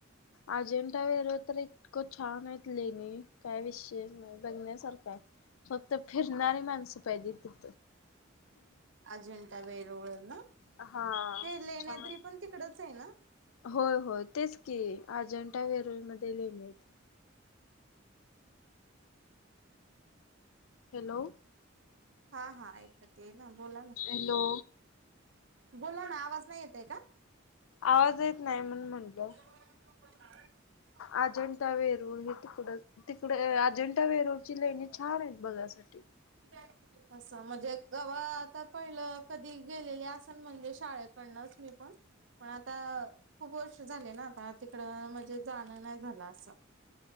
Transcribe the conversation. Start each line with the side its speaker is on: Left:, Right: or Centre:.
Left: अजिंठा वेरूळ तर इतकं छानेत लेणी काय विषयच नाय. बघण्यासारखाय फक्त फिरणारी माणसं पाहिजे ति.
Right: अजिंठा वेरळ ना,
Left: हा
Right: ते लेण्याद्री
Left: छान.
Right: पण तिकडचय ना?
Left: होय होय तेच की अजिंठा वेरूल मध्ये लेनीयेत. हॅलो!
Right: हा हा ऐकतयेय ना, बोला ना.
Left: हॅलो.
Right: बोला ना आवाज नाही येतय का?
Left: आवाज येत नाही म्हणून म्हणलो.
Right: <inaudible>
Left: अजिंठा वरून हे तिकड तिकड अजंठा वेरूळची लेणी छानयत बघायसाठी.
Right: <unintelligible> असं म्हणजे कवा आता पहिलं कधी गेलेले असल म्हणजे शाळेकडनंच मी पण. पण आता खूप वर्ष झाले ना? आता तिकडं म्हजे जाणं नाय झालं असं